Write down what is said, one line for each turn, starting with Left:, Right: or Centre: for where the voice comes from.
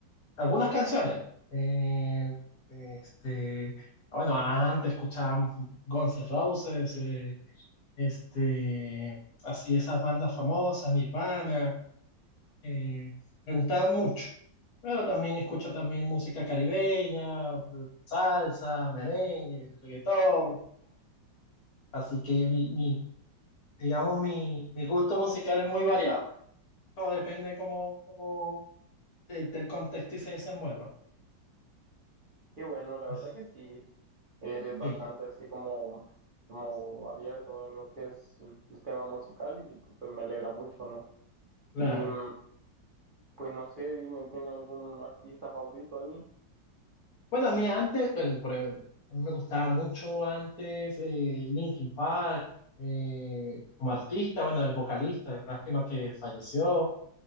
Left: algunas canciones. Eh, este, bueno, antes escuchaba Guns N' Roses, eh, este, así esas bandas famosas, Nirvana, eh, me gustaban mucho. Pero también escucho también música caribeña, eh, salsa, merengue, reggaetón. Así que mi, mi- digamos, mi, mi gusto musical es muy variado. Todo depende de cómo, cómo de- del contexto y se desenvuelva.
Right: Qué bueno, la
Left: Pues,
Right: verdad que sí. Eres bastante
Left: sí,
Right: así como, como abierto a lo que es el, el tema musical y pues me alegra mucho, ¿no?
Left: claro.
Right: Y mm, pues no sé, dime, ¿tiene algún artista favorito ahí?
Left: Bueno, a mí antes, pues, por ejemplo, a mí me gustaba mucho antes eh, Linkin Park, eh, como artista, bueno, el vocalista, lástima que falleció.